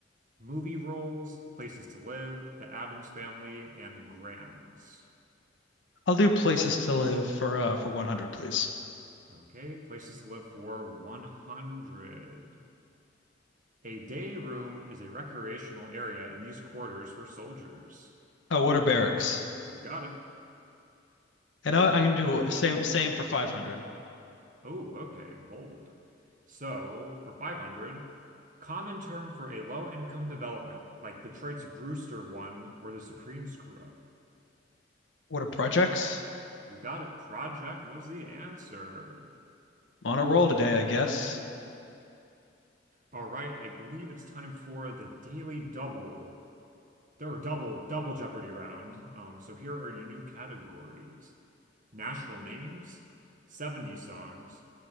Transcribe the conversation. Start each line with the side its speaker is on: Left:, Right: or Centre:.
Right: movie roles, places to live, the Addams family, and grams.
Left: I'll do places to live for uh for 100, please.
Right: Okay, places to live for 100. A day room is a recreational area in these quarters for soldiers.
Left: Oh, what are barracks?
Right: You got it,
Left: And I, I'm gonna do same same for 500.
Right: Oh, okay, bold. So, for 500, common term for a low-income development, like Detroit's Brewster one, where the Supremes grew up.
Left: What are projects?
Right: You got it. Project was the answer.
Left: I'm on a roll today, I guess.
Right: All right, I believe it's time for the Daily Double. There were double double Jeopardy round. Um, so here are your new categories: national names, 70s songs,